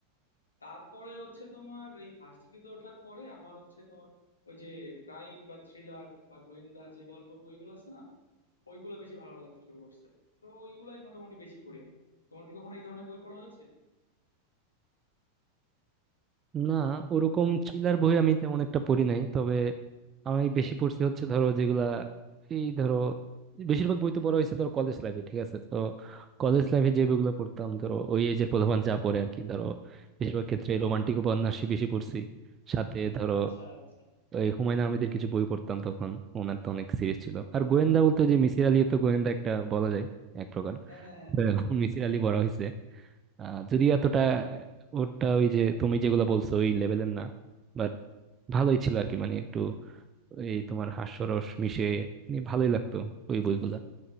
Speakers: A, on the left; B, on the right.
A: তারপরে হচ্ছে তোমার এই ভার্সিটিতে ওঠার পরে আমার হচ্ছে তোমার ওই যে ক্রাইম বা থ্রিলার বা গোয়েন্দা যে গল্পের বইগুলো আছে না ওইগুলো বেশি ভালো লাগতে শুরু করছে তো ওইগুলাই মোটামুটি বেশি পড়ি আমি তোমার কি কখনো এই ধরনের বই পড়া হয়েছে
B: না ওরকম থ্রিলার বই আমি তেমন একটা পড়ি নাই তবে আমি বেশি পড়ছি হচ্ছে ধরো যেগুলা এই ধরো বেশিরভাগ বই তো পড়া হয়েছে ধরো কলেজ লাইফে ঠিক আছে তো কলেজ লাইফে যে বইগুলো পড়তাম ধরো ওই এজের পোলাপান যা পড়ে আর কি ধরো বেশিরভাগ ক্ষেত্রে রোমান্টিক উপন্যাসই বেশি পড়ছি সাথে ধরো
A: আচ্ছা আচ্ছা
B: এই হুমায়ুন আহমেদের কিছু বই পড়তাম তখন ওনার তো অনেক সিরিজ ছিল আর গোয়েন্দা বলতে ওই যে মিসির আলী তো গোয়েন্দা একটা বলা যায় এক প্রকার
A: হ্যাঁ হ্যাঁ হ্যাঁ
B: তো মিসির আলী পড়া হয়েছে আহ, যদিও এতটা আহ, ওরটা ওই যে তুমি যেগুলো বলছো ওই লেভেলের না বাট ভালোই ছিল আর কি মানে একটু এই তোমার হাস্যরস মিশে মানে ভালোই লাগতো ওই বইগুলা